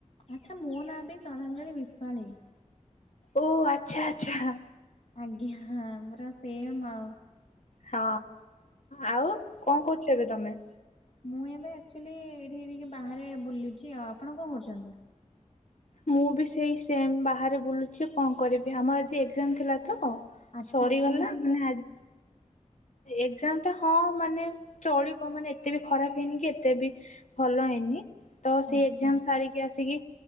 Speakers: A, on the left; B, on the left.
A: ଆଚ୍ଛା ମୋ ନାଁ ବି ଶ୍ରଦ୍ଧାଞ୍ଜଳି ବିଶ୍ୱାଳ ହେଇଥିବା।
B: ଓ ଆଚ୍ଛା ଆଚ୍ଛା।
A: ଆଜ୍ଞାଁ ପୁରା ସେମ ଆଉ
B: ହଁ ଆଉ କଣ କହୁଛ ଏବେ ତମେ?
A: ମୁଁ ଏବେ ଆକଚୁଆଲି ଏଠି ଏଠି ବାହାରେ ବୁଲୁଛି ଆଉ ଆପଣ କଣ କରୁଛନ୍ତି?
B: ମୁଁ ବି ସେଇ ସେମ ବାହାରେ ବୁଲୁଛି କଣ କରିବି ଆମର ଆଜି ଏକ୍ଜାମ ଥିଲା ତ।
A: ଆଚ୍ଛା
B: ସରିଗଲା
A: କେମିତି
B: ମାନେ ଆ ଏକ୍ଜାମ ଟା ହଁ ମାନେ ଚଳିବ ମାନେ ଏତେ ବି ଖରାପ ହେଇନି କି ଏତେ ବି ଭଲ ହେଇନି। ତ ସେଇ
A: ଆଚ୍ଛା
B: ଏଗ୍ଜାମ ସାରିକି ଆସିକି